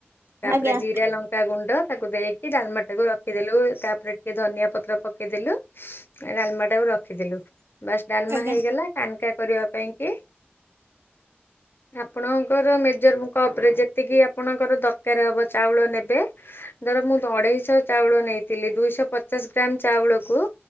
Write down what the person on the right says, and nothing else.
ଆଜ୍ଞା ଆଜ୍ଞା
ଆଜ୍ଞା